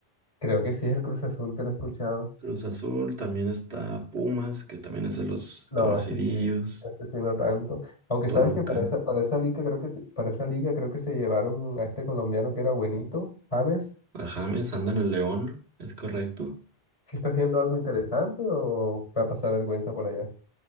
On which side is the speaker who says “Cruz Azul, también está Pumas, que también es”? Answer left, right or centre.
Right